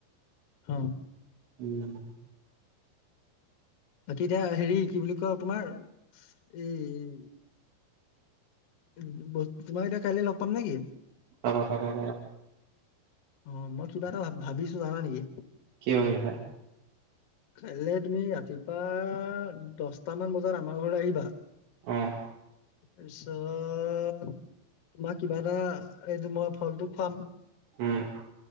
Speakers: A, on the left; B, on the right.
A: অহ,
B: উম,
A: বাকী এতিয়া হেৰি কি বুলি কয় তোমাৰ এই, তোমাৰ এতিয়া কাইলে লগ পাম নেকি?
B: পাবা-পাবা,
A: অ, মই কিবা এটা ভাবিছো জানা নেকি?
B: কি হয় বা?
A: কাইলে তুমি ৰাতিপুৱা দহটামান বজাত আমাৰ ঘৰত আহিবা।
B: অহ,
A: তাৰপিছত তোমাক কিবা এটা এইটো মই ফলটো খুৱাম।
B: উম